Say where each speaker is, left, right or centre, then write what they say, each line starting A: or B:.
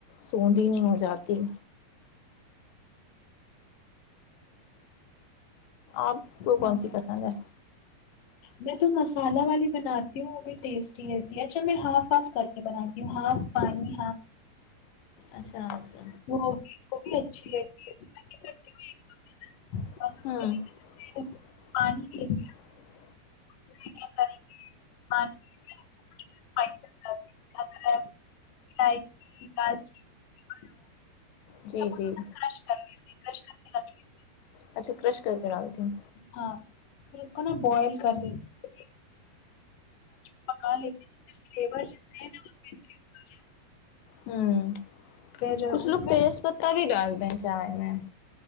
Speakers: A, on the left; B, on the left.
A: سوندی نہیں ہو جاتی اپ کو
B: ہاں
A: کون سی پسند ہے
B: میں تو مصالحہ والی بناتی ہوں وہ بھی ٹیسٹی ہوتی ہے اچھا میں ہاف ہاف کر کے بناتی ہوں ہاس پانی
A: اچھا اچھا
B: وہ بھی اچھی لگتی ہے تو میں یہ کرتی ہوں
A: <unintelligible>
B: پاس پہلے تو جیسے پانی لے لیا <unintelligible> ادرک <inaudible>
A: جی
B: سب کو
A: جی
B: کرش کر لیتے ہیں، کرش کر کے رکھ لیتے ہیں۔
A: اچھا کرش کر کے ڈالتی ہوں
B: ہاں اس کو نا بوائل کر لیتی ہوں پکا لیتے ہیں صرف فلیور جتنے نا اس میں انفیوز ہو
A: ھم
B: جائے پھر
A: کچھ
B: اس
A: لوگ
B: میں
A: تیز پتہ بھی ڈال <unintelligible>